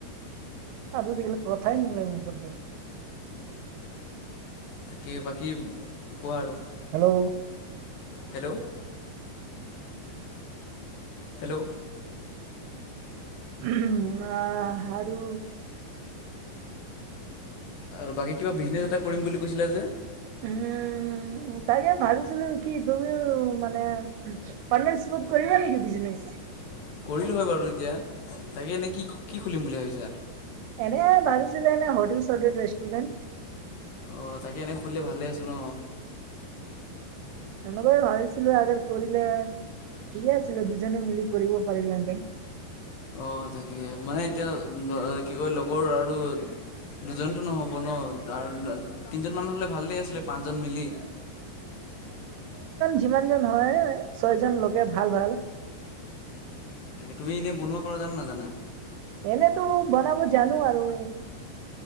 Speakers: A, on the right; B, on the left.
A: <unintelligible> কথাই নোলাই মূখৰ পৰা
B: তাকে বাকী কোৱা আৰু।
A: হেল্ল'।
B: হেল্ল'। হেল্ল'।
A: <unintelligible> অ', আৰু
B: আৰু বাকী কিবা বিজনেচ এটা কৰিম বুলি কৈছিলা যে?
A: <unintelligible> উম, তাকে ভাবিছিলো কি তুমিও মানে পাৰ্টনাৰশ্বিপত কৰিবা নেকি বিজনেছ?
B: <inaudible> কৰিলো হয় বাৰু এতিয়া। তাকে এনেই কি, কি খুলিম বুলি ভাবিছা?
A: এনে ভাবিছিলো এনে হ'টেল-চ'টেল, ৰেষ্টুৰেণ্ট
B: অ', তাকে এনে খুলিলে ভালে আছে ন
A: এনেকুৱাই ভাবিছিলো আৰু কৰিলে ঠিকে আছিলে দুজনে মিলি কৰিব পাৰিলাহেঁতেন।
B: অ', তাকে মানে এতিয়া অ', কি কয় লগৰ আৰু দুজনতো নহ'ব ন! আৰু তিনিজন মান হ'লে ভালেই আছিলে, পাঁচজন মিলি
A: যিমানজন হয়, ছয়জন লকে ভাল, ভাল।
B: তুমি এনেই বনোৱা কৰা জানানে নাজানা?
A: এনেতো, বনাব জানোঁ আৰু।